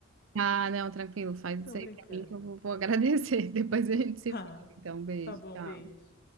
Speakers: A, on the right (about 85°); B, on the left (about 55°).
A: Ah, não, tranquilo.
B: <laughs>
A: Faz
B: Tô
A: isso
B: brincando.
A: aí pra mim que eu vou, vou agradecer. <laughs> Depois a gente se
B: Ah,
A: fala. Então, beijo.
B: tá bom,
A: Tchau.
B: beijo.